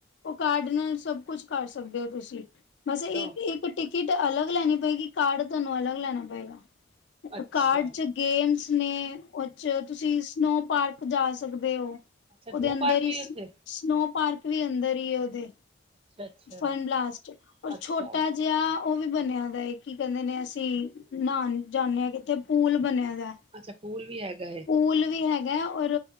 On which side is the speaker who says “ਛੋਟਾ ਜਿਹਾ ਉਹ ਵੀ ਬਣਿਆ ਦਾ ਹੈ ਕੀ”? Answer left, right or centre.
Left